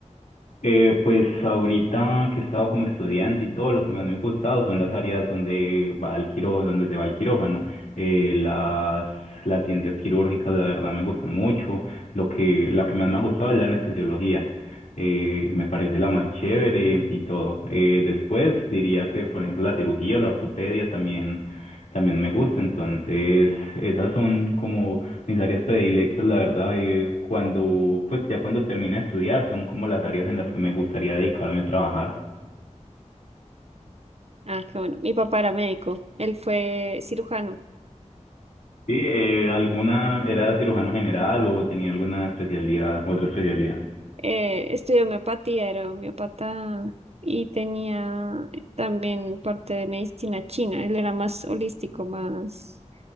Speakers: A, on the left (about 75°); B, on the right (about 55°).
A: Eh, pues ahorita que he estado como estudiante y todo, lo que más me ha gustado son las áreas donde va el quiró, donde se va el quirófano. Eh, las, las ciencias quirúrgicas, la verdad, me gustan mucho. Lo que, la que más me ha gustado es la anestesiología. Eh, me parece la más chévere y todo. Eh, después diría que, por ejemplo, la cirugía, la ortopedia también, también me gusta. Entonces, esas son como mis áreas predilectas, la verdad, eh, cuando, pues ya cuando termine de estudiar, son como las áreas en las que me gustaría dedicarme a trabajar.
B: Ah, qué bueno. Mi papá era médico, él fue cirujano.
A: Sí, eh, alguna era cirujano general o tenía alguna especialidad, otra especialidad.
B: Eh, estudié homeopatía, era homeopata y tenía también parte de medicina china. Él era más holístico, más